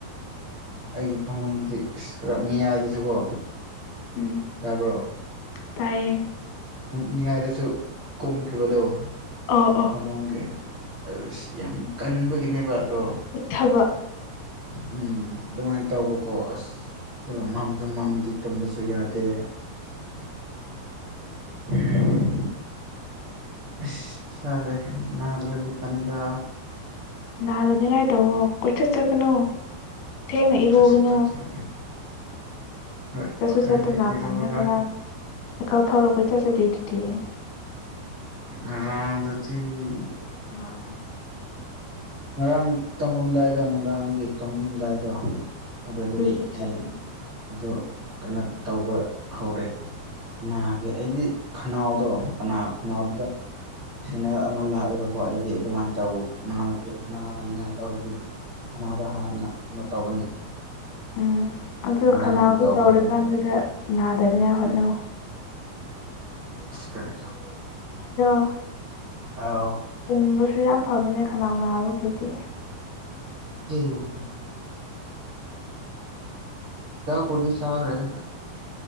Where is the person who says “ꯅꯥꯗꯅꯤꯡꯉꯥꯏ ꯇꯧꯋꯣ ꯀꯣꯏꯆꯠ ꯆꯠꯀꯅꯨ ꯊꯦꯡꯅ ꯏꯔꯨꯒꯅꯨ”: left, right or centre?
Left